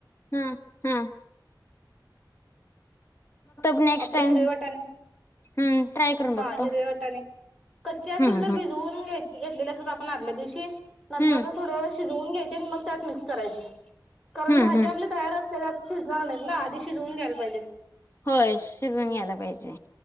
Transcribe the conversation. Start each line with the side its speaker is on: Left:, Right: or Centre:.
Left: हम हम नेक्स्ट
Centre: आपले
Left: टाइम
Centre: हिरवे वाटाने
Left: हम्म ट्राय करून बघतो
Centre: हा हिरव्या वाटाने कच्चे असेल
Left: हम्म
Centre: तर
Left: हम्म
Centre: भिजवून घ्याय घेतलेले असत आपण आल्या दिवशी नंतर
Left: हम्म
Centre: मग थोड व वून घ्यायचे आणि मग त्यात मिक्स करायचे. कारण
Left: हम्म
Centre: भाजी
Left: हम्म
Centre: आपली तयार असते, त्यात शिजणार नाही ना, आधी शिजवून घ्यायला पाहिजेत.
Left: होय शिजून घ्यायायला पाहिजे,